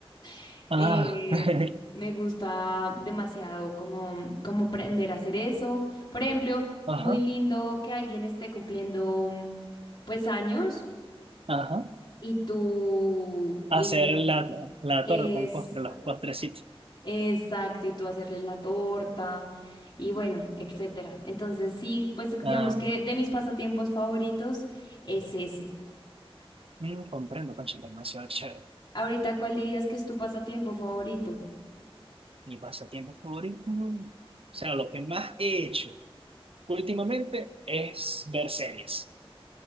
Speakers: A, on the left; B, on the right.
A: <laughs> eh,
B: Ah, <laughs>
A: me gusta demasiado como, como aprender a hacer eso. Por ejemplo,
B: ajá,
A: muy lindo que alguien esté cumpliendo mm, pues años
B: ajá.
A: y tú y
B: Hacer la, la
A: es
B: torta, el postre, los postrecitos.
A: Exacto, y tú hacerle la torta y bueno, etcétera. Entonces, sí, pues digamos
B: Ah,
A: que de mis pasatiempos favoritos es ese.
B: mm, comprendo, concha, demasiado chévere.
A: Ahorita, ¿cuál dirías que es tu pasatiempo favorito?
B: Mi pasatiempo favorito. mm, O sea, lo que más he hecho. últimamente es ver series.